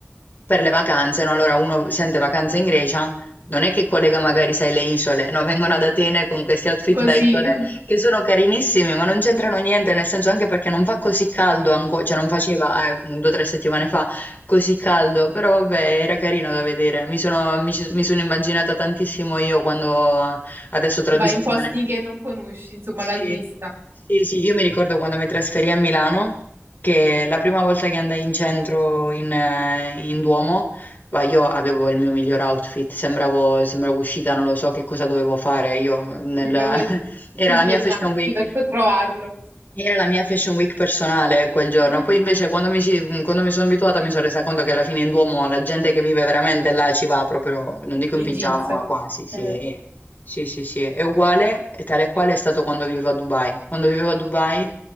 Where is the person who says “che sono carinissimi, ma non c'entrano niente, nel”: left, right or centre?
Left